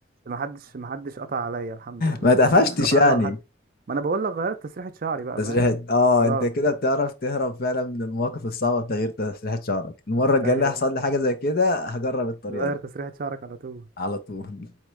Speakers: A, on the right (about 50°); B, on the left (about 50°).
A: ما حدش ما حدش قطع عليا الحمد لله
B: ما
A: يعني
B: اتقفشتش
A: ما حدش قطع
B: يعني
A: عليا ولا حد ما انا بقول لك غيرت تسريحة شعري بقى
B: تسريحة
A: فاهم
B: اه
A: خلاص
B: انت كده
A: <laughs>
B: بتعرف تهرب فعلا من المواقف الصعبة بتغيير تسريحة شعرك المرة الجاية
A: ايوه
B: اللي هيحصل لي حاجة زي كده هجرب الطريقة
A: غير
B: دي
A: تسريحة شعرك على طول
B: على طول